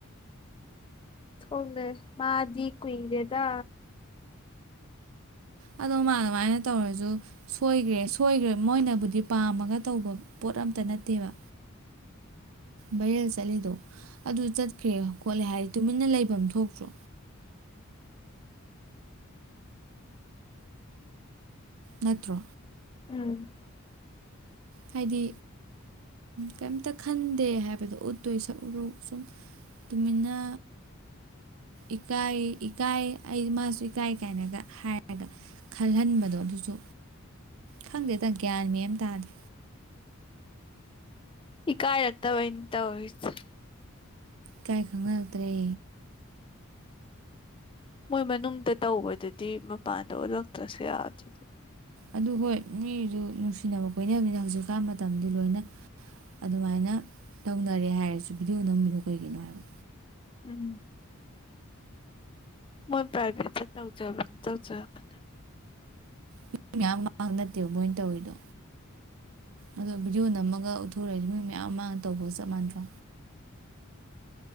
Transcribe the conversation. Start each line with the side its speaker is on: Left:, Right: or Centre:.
Left: ꯊꯃꯦ ꯃꯥꯗꯤ ꯀꯨꯏꯗꯦꯗ
Right: ꯑ ꯃꯥ ꯑꯗꯨꯃꯥꯏꯅ ꯇꯧꯔꯁꯨ ꯁꯣꯏꯈ꯭ꯔꯦ ꯁꯣꯏꯈ꯭ꯔꯦ ꯃꯣꯏꯅꯕꯨꯗꯤ ꯄꯥꯝꯃꯒ ꯇꯧꯕ ꯄꯣꯠ ꯑꯝꯇ ꯅꯠꯇꯦꯕ ꯕꯥꯔꯦꯜ ꯆꯠꯂꯤꯗꯣ ꯑꯗꯨ ꯆꯠꯈ꯭ꯔꯦ ꯈꯣꯠꯂꯦ ꯍꯥꯏꯗꯤ ꯇꯨꯃꯤꯟꯅ ꯂꯩꯐꯝ ꯑꯃ ꯊꯣꯛꯇ꯭ꯔꯣ ꯅꯠꯇ꯭ꯔꯣ
Left: ꯎꯝ
Right: ꯍꯥꯏꯗꯤ ꯀꯔꯤꯝꯇ ꯈꯟꯗꯦ ꯍꯥꯏꯕꯗꯣ ꯎꯠꯇꯣꯏ ꯁꯛꯎꯨꯔꯨ ꯁꯨꯝ ꯇꯨꯃꯤꯟꯅ ꯏꯀꯥꯏ ꯏꯀꯥꯏ ꯑꯩ ꯃꯥꯁꯨ ꯏꯀꯥꯏ ꯀꯥꯏꯅꯒ ꯍꯥꯏꯔꯒ ꯈꯜꯍꯟꯕꯗꯣ ꯑꯗꯨꯁꯨ ꯈꯪꯗꯦꯗ ꯒ꯭ꯌꯥꯟ ꯃꯦꯝ ꯇꯥꯗꯦ
Left: ꯏ ꯀꯥꯏ ꯂꯠꯇꯕꯟ ꯇ ꯑꯣꯏꯁ
Right: ꯀꯥꯏ ꯈꯪꯅꯔꯛꯇ꯭ꯔꯦ
Left: ꯃꯣꯏ ꯃꯅꯨꯡꯗ ꯇꯧꯕꯗꯨꯗꯤ ꯃꯄꯥꯟꯗ ꯑꯣꯜꯂꯛꯇ꯭ꯔꯁꯨ ꯌꯥꯗ꯭ꯔꯗ
Right: ꯑꯗꯨ ꯍꯣꯏ ꯃꯤꯁꯨ ꯅꯨꯡꯁꯤꯅꯕ ꯀꯣꯏꯃꯤꯅ ꯍꯧꯖꯤꯛꯀꯥꯟ ꯃꯇꯝꯗꯤ ꯂꯣꯏꯅ ꯑꯗꯨꯃꯥꯏꯅ ꯇꯧꯅꯔꯦ ꯍꯥꯏꯔꯁꯨ ꯚꯤꯗꯤꯑꯣ ꯅꯝꯃꯤꯅꯨ ꯀꯩꯒꯤꯅꯣ ꯍꯥꯏꯕ
Left: ꯎꯝ ꯃꯣꯏ ꯄ꯭ꯔꯥꯏꯚꯦꯠ ꯇꯧꯖꯕꯅꯤ ꯇꯧꯖꯕꯅꯤ
Right: ꯃꯤ ꯃꯌꯥꯝ ꯃꯥꯡ ꯅꯠꯇꯦꯕ ꯃꯣꯏꯅ ꯇꯧꯋꯔꯤꯗꯣ ꯑꯗꯣ ꯚꯤꯗꯤꯑꯣ ꯅꯝꯃꯒ ꯎꯠꯊꯣꯔꯛꯏꯗꯤ ꯃꯤ ꯃꯌꯥꯝ ꯑꯃꯥꯡ ꯇꯧꯕꯒ ꯆꯞ ꯃꯥꯟꯅꯗ꯭ꯔꯣ